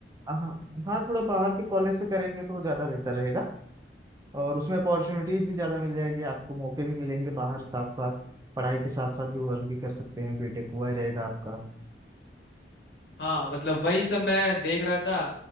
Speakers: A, on the right; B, on the left.
A: हाँ हाँ थोड़ा बाहर के कॉलेज से करेंगे तो ज्यादा बेहतर रहेगा और उसमें अपॉर्चुनिटीज भी ज्यादा मिल जाएगी आपको मौके भी मिलेंगे बाहर साथ साथ पढ़ाई के साथ साथ भी वर्क भी कर सकते हैं बीटेक हुआ ही रहेगा आपका
B: हाँ मतलब वही सब मैं देख रहा था